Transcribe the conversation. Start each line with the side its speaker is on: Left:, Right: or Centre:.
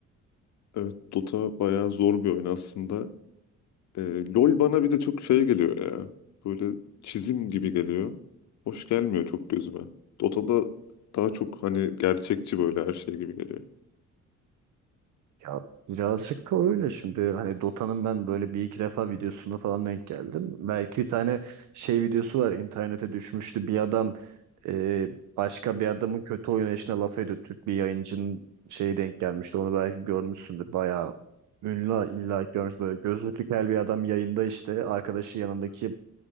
Left: Evet Dota bayağı zor bir oyun aslında. Ee, LOL bana bir de çok şey geliyor ya. Böyle çizim gibi geliyor. Hoş gelmiyor çok gözüme. Dota'da daha çok hani gerçekçi böyle her şey gibi geliyor.
Right: Ya birazcık da öyle şimdi hani Dota'nın ben böyle bir iki defa videosuna falan denk geldim. Belki bir tane şey videosu var internete düşmüştü bir adam e, başka bir adamın kötü oynayışına laf ediyor. Türk bir yayıncının şeyi denk gelmişti onu belki görmüşsündür bayağı ünlü illa ki görmüş böyle gözlüklü kel bir adam yayında işte arkadaşı yanındaki
Left: Evet.